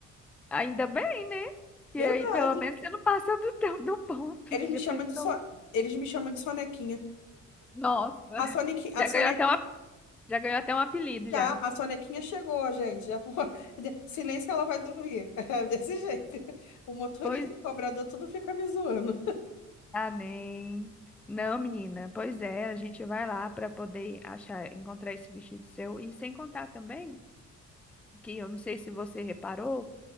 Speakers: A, in the centre; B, on the left.
A: Ainda bem, né? Que
B: <laughs> Verdade.
A: aí pelo menos você não passa do, <laughs> teu- do ponto,
B: Eles
A: que
B: me
A: já
B: chamam
A: pensou.
B: de, so... eles me chamam de sonequinha.
A: Nossa,
B: A Sonic, a
A: já
B: Sonequinha
A: ganhou até um, ap- já ganhou até um apelido
B: Já,
A: já.
B: a sonequinha chegou, gente. Já foi. <laughs> Silêncio que ela vai dormir. <laughs> É desse jeito. O motorista,
A: Pois
B: o cobrador, tudo fica me zoando.
A: Ah, nem. Não, menina. Pois é, a gente vai lá para poder achar, encontrar esse vestido seu. E sem contar também, que eu não sei se você reparou,